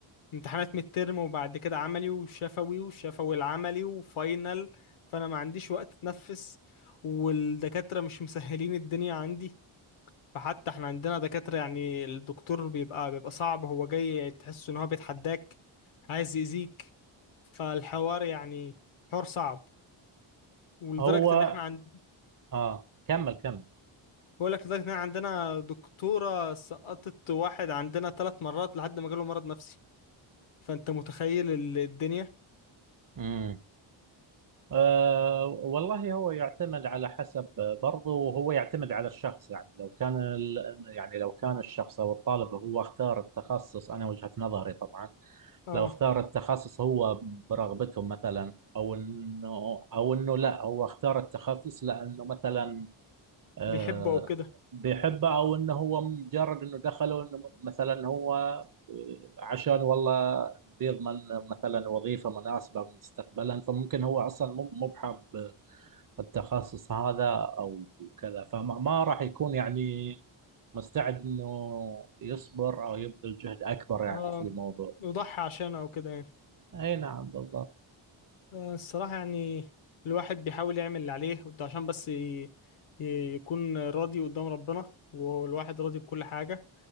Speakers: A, on the left; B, on the right.
A: امتحانات ميد ترم وبعد كده عملي وشفوي وشفوي العملي وفاينل فانا ما عنديش وقت اتنفس والدكاتره مش مسهلين الدنيا عندي فحتى احنا عندنا دكاترة يعني الدكتور بيبقى بيبقى صعب هو جاي تحس ان هو بيتحداك عايز يأذيك فالحوار يعني حوار صعب ولدرجة
B: هو
A: ان احنا عند
B: اه كمل كمل
A: بقول لك لدرجة ان احنا عندنا دكتورة سقطت واحد عندنا ثلاث مرات لحد ما جاله مرض نفسي فانت متخيل ال- الدنيا
B: امم آه والله هو يعتمد على حسب برضه وهو يعتمد على الشخص يعني لو كان ال... يعني لو كان الشخص او الطالب هو اختار التخصص انا وجهة نظري طبعا
A: اه
B: لو اختار التخصص هو برغبته مثلا او انه او انه لا هو اختار التخصص لانه مثلا آه،
A: بيحبه او كده
B: بيحبه او انه هو مجرد انه دخله انه مثلا هو آه، عشان والله بيضمن مثلا وظيفه مناسبه مستقبلا فممكن هو اصلا مو مو بحب التخصص هذا او كذا فما ما راح يكون يعني مستعد انه يصبر او يبذل جهد اكبر يعني
A: اه
B: في الموضوع.
A: يضحي عشانه او كده يعني
B: اي نعم بالضبط
A: آه، الصراحة يعني الواحد بيحاول يعمل اللي عليه وده عشان بس ي- ي- يكون راضي قدام ربنا والواحد راضي بكل حاجة